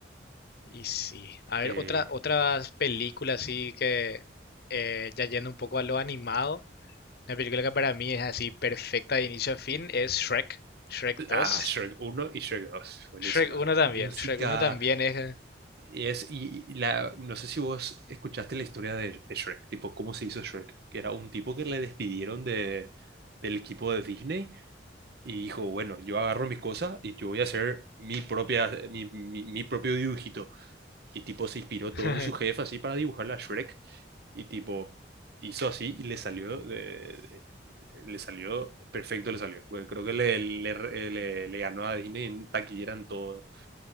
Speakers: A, on the left (about 55°); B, on the right (about 55°).
A: Y sí. A ver,
B: Eh,
A: otra, otras películas así que eh, ya yendo un poco a lo animado. Una película que para mí es así perfecta de inicio a fin es Shrek, Shrek dos
B: ah, Shrek uno y Shrek 2 buenísima.
A: Shrek uno también,
B: Música,
A: Shrek uno también es...
B: Y es, y la, no sé si vos escuchaste la historia de, de Shrek, tipo, cómo se hizo Shrek, que era un tipo que le despidieron de, del equipo de Disney y dijo, bueno, yo agarro mis cosas y yo voy a hacer mi, propia, mi, mi, mi propio dibujito. Y tipo, se inspiró
A: <laughs>
B: todo en su jefe así para dibujar la Shrek y tipo, hizo así y le salió, de, le salió perfecto, le salió. Bueno, creo que le, le, le, le ganó a Disney en taquillera en todo.